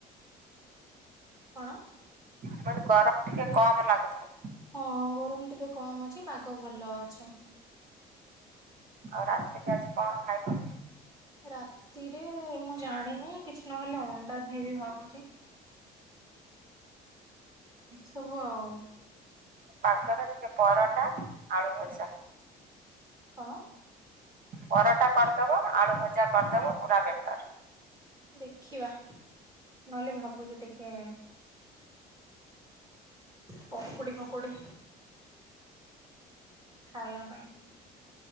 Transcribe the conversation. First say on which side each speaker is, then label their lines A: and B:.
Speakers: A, on the right (about 25°); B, on the right (about 55°).
A: କଣ।
B: ମାନେ ଗରମ ଟିକେ କମ ଲାଗୁଥୁବ।
A: ହଁ ଗରମ ଟିକେ କମ ଅଛି ପାଗ ଭଲ ଅଛି।
B: ଆଉ ରାତିଟା ଆଜି କଣ ଖାଇବ?
A: ରାତିରେ ମୁଁ ଜାଣିନି କିଛି ନହେଲେ ଅଣ୍ଡା ଖାଇବି ଭାବୁଚି। ସବୁ ଆଉ।
B: ପାଖରେ ଟିକେ ପରଟା ଆଳୁ ଭଜା।
A: କଣ?
B: ପରଟା କରଦବ ଆଳୁ ଭଜା କରଦବ ପୁରା ବେଟର।
A: ଦେଖିବା ନହେଲେ ଭାବୁଚୁ ଟିକେ। ପକୁଡି ଫକୁଡି ଖାଇବା ପାଇଁ।